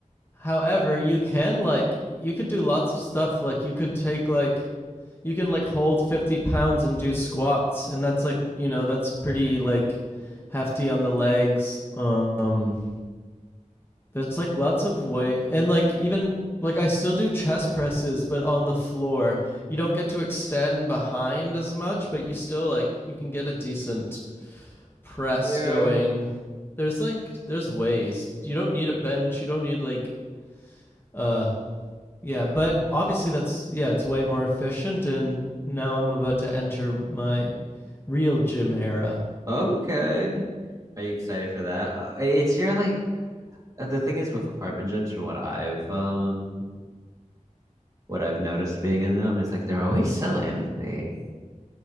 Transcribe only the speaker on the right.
Yeah.
Okay. Are you excited for that? Uh, It's your like uh, the thing is with apartment gyms, from what I've um what I've noticed being in them is like they're always so empty.